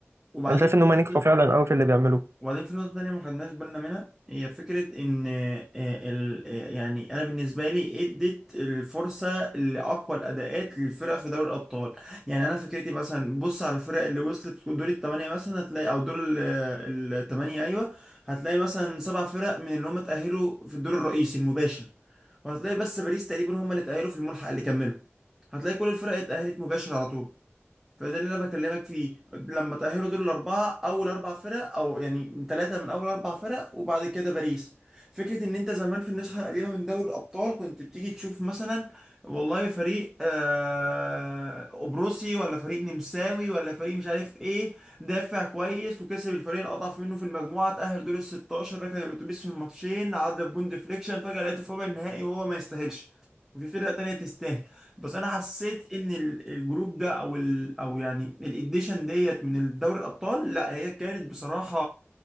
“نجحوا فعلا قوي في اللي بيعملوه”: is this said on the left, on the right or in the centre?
Right